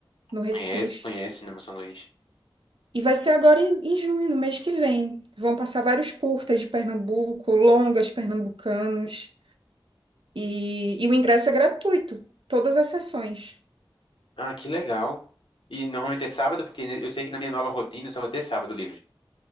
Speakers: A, on the right; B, on the left.
A: no Recife.
B: Conheço, conheço Cinema São Luís.
A: E vai ser agora em, em junho, no mês que vem. Vão passar vários curtas de Pernambuco, longas pernambucanos. E, e o ingresso é gratuito, todas as sessões.
B: Ah, que legal. E normalmente é sábado, porque eu sei que na minha nova rotina eu só vou ter sábado livre.